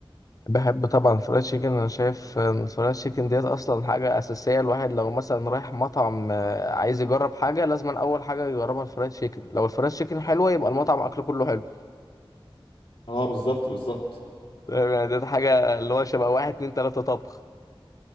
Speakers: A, on the left; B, on the left.
A: بحب طبعا الفرايد تشيكن أنا شايف إن الفرايد تشيكن ديت أصلا حاجة أساسية الواحد لو مثلا رايح مطعم آه، عايز يجرب حاجة لازم أول حاجة يجربها الفرايد تشيكن لو الفرايد تشيكن حلوة يبقى المطعم أكله كله حلو
B: اه بالظبط بالظبط
A: تمام يعني ده حاجة اللي هو شبه واحد اتنين تلاتة طبخ